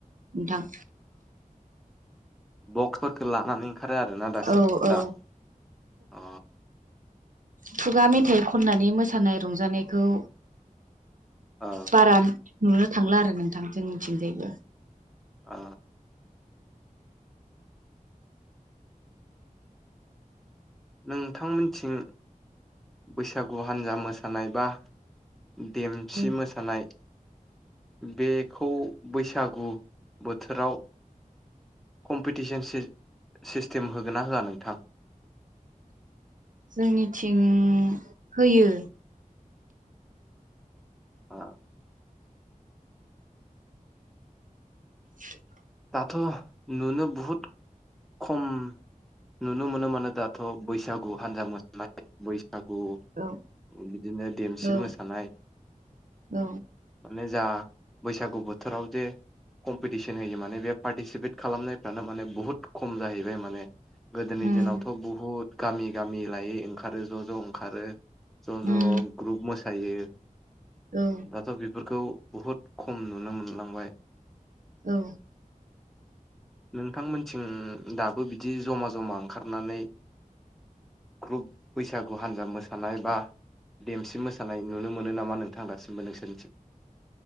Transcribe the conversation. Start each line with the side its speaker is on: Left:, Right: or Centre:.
Right: नोंथां
Centre: बक्सफोरखौ लानानै ओंखारो आरोना दासिम
Right: औ औ
Centre: दा अ
Right: खुगा मेथाइ खननानै मोसानाय रंजानायखौ
Centre: अ
Right: बारा नुनो थांला आरो नोंथां जोंनिथिंजायबो
Centre: अ नोंथांमोनथिं बैसागु हान्जा मोसानाय बा देमसि
Right: औ
Centre: मोसानाय बेखौ बैसागु बोथोराव कम्पिटिसन सिस्ट सिस्टेम होगोन ना होआ नोंथां
Right: जोंनिथिं होयो
Centre: अ
Right: <inaudible>
Centre: दाथ' नुनो बहुद खम नुनो मोनो माने दाथ' बैसागु हान्जा मोसानाय बैसागु
Right: औ
Centre: बिदिनो देमसि
Right: औ
Centre: मोसानाय
Right: औ
Centre: माने जा बैसागु बोथोराव जे कम्पिटिसन होयो माने बे पार्टिसिपेट खालामनायफ्रानो माने बुहुत खम जाहैबाय माने गोदोनि
Right: उम
Centre: दिनावथ' बुहुत गामि गामि लायै ओंखारो ज' ज' ओंखारो ज' ज'
Right: उम
Centre: ग्रुप मोसायो
Right: औ
Centre: दाथ' बेफोरखौ बहुद खम नुनो मोनलांबाय
Right: औ
Centre: नोंथांमोनथिं दाबो बिदि जमा जमा ओंखारनानै ग्रुप बैसागु हान्जा मोसानाय बा देमसि मोसानाय नुनो मोनो नामा नोंथां दासिमबो नोंसोरनिथिं